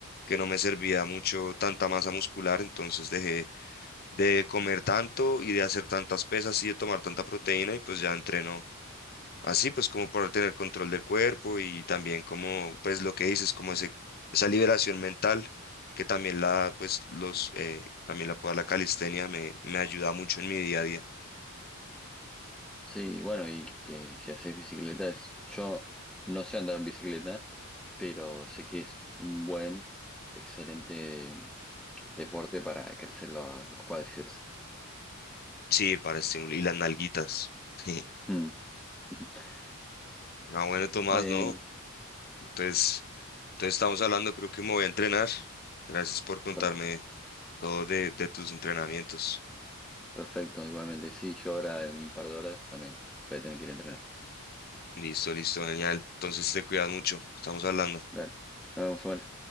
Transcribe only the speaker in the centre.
Sí, bueno, y que si haces bicicleta es... Yo no sé andar en bicicleta, pero sé que es un buen, excelente deporte para crecer los, los cuádriceps.
<laughs> <laughs>
Eh,
per-
perfecto, igualmente. Sí, yo ahora en un par de horas también voy a tener que ir a entrenar.
Dale. Nos vemos, Samuel.